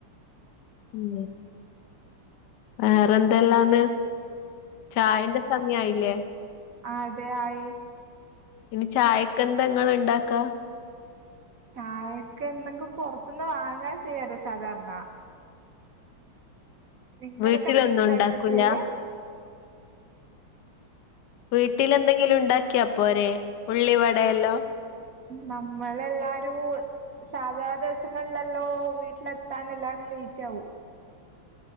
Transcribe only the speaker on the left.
ഉം വേറെന്തല്ലാന്ന് ചായന്റെ സമയായില്ലേ
ഇനി ചായക്കെന്തെങ്ങള് ഇണ്ടാക്കാ
വീട്ടിലൊന്നും
ഉണ്ടാക്കൂല
വീട്ടില് എന്തെങ്കിലും ഉണ്ടാക്കിയാപ്പോരെ ഉള്ളിവടയല്ലോം